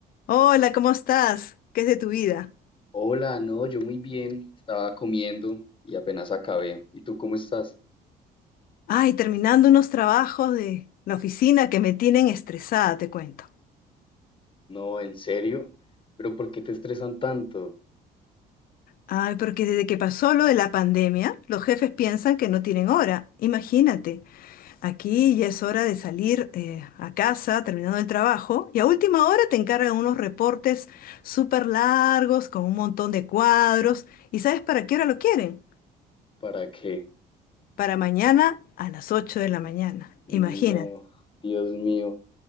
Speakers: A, on the left (about 60°); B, on the left (about 30°).
A: Hola, ¿cómo estás? ¿Qué es de tu vida?
B: Hola, no, yo muy bien, estaba comiendo y apenas acabé. ¿Y tú cómo estás?
A: Ay, terminando unos trabajos de la oficina que me tienen estresada, te cuento.
B: No, en serio, pero ¿por qué te estresan tanto?
A: Ay, porque desde que pasó lo de la pandemia, los jefes piensan que no tienen hora. Imagínate, aquí ya es hora de salir eh, a casa terminando el trabajo y a última hora te encargan unos reportes súper largos con un montón de cuadros. ¿Y sabes para qué hora lo quieren?
B: ¿Para qué?
A: Para mañana a las 8 de la mañana.
B: No,
A: Imagínate.
B: Dios mío.